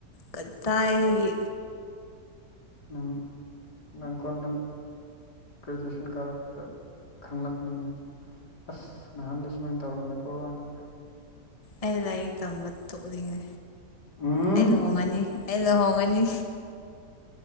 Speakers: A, on the left; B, on the left.
A: ꯀꯗꯥꯏꯗꯒꯤ
B: ꯅꯪ ꯅꯪ ꯀꯣꯟꯅ ꯒ꯭ꯔꯦꯖꯨꯑꯦꯁꯟ ꯀꯥꯔꯝꯗꯥꯏ ꯈꯪꯂꯛꯀꯅꯤ ꯑꯁ ꯅꯍꯥꯟꯗ ꯁꯨꯃꯥꯏꯅ ꯇꯧꯔꯝꯃꯦꯀꯣ ꯍꯥꯏꯅ
A: ꯑꯩ ꯂꯥꯏꯔꯤꯛ ꯇꯝꯕ ꯇꯣꯛꯅꯤꯡꯉꯦ
B: ꯎꯝ
A: ꯑꯩ ꯂꯨꯍꯣꯡꯉꯥꯅꯤ ꯑꯩ ꯂꯨꯍꯣꯡꯉꯥꯅꯤ